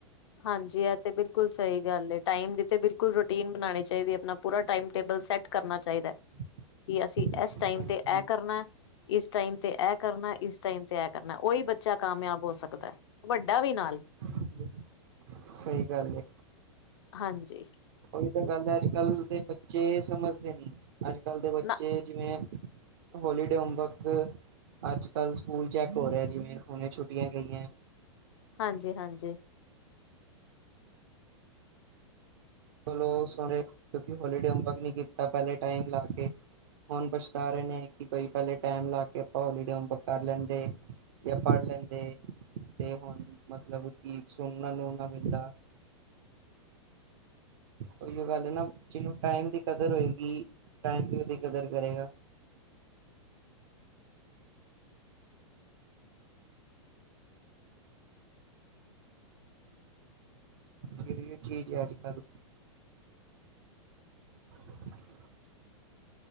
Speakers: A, on the left; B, on the right.
A: ਹਾਂਜੀ ਇਹ ਤੇ ਬਿਲਕੁਲ ਸਹੀ ਗੱਲ ਐ। ਟਾਈਮ ਦੀ ਤੇ ਬਿਲਕੁਲ ਰੁਟੀਨ ਬਣਾਉਣੀ ਚਾਹੀਦੀ ਐ। ਆਪਣਾ ਪੂਰਾ ਟਾਈਮ ਟੇਬਲ ਸੈੱਟ ਕਰਨਾ ਚਾਹੀਦਾ।
B: <inaudible>
A: ਕਿ ਅਸੀਂ ਇਸ ਟਾਈਮ
B: ਹਾਂਜੀ
A: ਤੇ ਇਹ ਕਰਨਾ। ਇਸ ਟਾਈਮ ਤੇ ਐ ਕਰਨਾ। ਇਸ ਟਾਈਮ ਤੇ ਐ ਕਰਨਾ। ਉਹੀ ਬੱਚਾ ਕਾਮਯਾਬ ਹੋ ਸਕਦਾ। ਵੱਡਾ ਵੀ ਨਾਲ।
B: ਹਾਂਜੀ ਸਹੀ ਗੱਲ ਏ।
A: ਹਾਂਜੀ
B: ਉਹੀ ਤਾਂ ਗੱਲ ਐ, ਅੱਜ-ਕੱਲ੍ਹ ਦੇ ਬੱਚੇ ਸਮਝਦੇ ਨੀ। ਅੱਜ-ਕੱਲ੍ਹ ਦੇ ਬੱਚੇ
A: ਨਾ
B: ਜਿਵੇਂ ਹੋਲੀਡੇ ਹੋਮਵਰਕ, ਅੱਜ-ਕੱਲ੍ਹ ਸਕੂਲ ਚੈੱਕ ਹੋ ਰਿਹਾ ਜਿਵੇਂ ਹੁਣੇ ਛੁੱਟੀਆਂ ਗਈਆਂ।
A: ਹਾਂਜੀ-ਹਾਂਜੀ।
B: ਮਤਲਬ ਸੋ ਕਿਉਂਕਿ ਹੋਲੀਡੇ ਹੋਮਵਰਕ ਨਹੀਂ ਕੀਤਾ ਪਹਿਲੇ ਟਾਈਮ ਲਾ ਕੇ ਹੁਣ ਪਛਤਾ ਰਹੇ ਨੇ ਕਿ ਕੋਈ ਪਹਿਲੇ ਟਾਈਮ ਲਾ ਕੇ ਆਪਾਂ ਹੋਲੀਡੇ ਹੋਮਵਰਕ ਕਰ ਲੈਂਦੇ। ਜਾਂ ਪੜ੍ਹ ਲੈਂਦੇ ਤੇ ਹੁਣ ਮਤਲਬ ਕਿ ਸੁਣਨਾ ਨੂੰ ਨਾ ਮਿਲਦਾ। ਉਹੀ ਗੱਲ ਨਾ, ਜਿਹਨੂੰ ਟਾਈਮ ਦੀ ਕਦਰ ਹੋਏਗੀ, ਟਾਈਮ ਵੀ ਉਹਦੀ ਕਦਰ ਕਰੇਗਾ। ਜਹੀ ਚੀਜ਼ ਹੈ ਅੱਜ-ਕੱਲ ' <inaudible>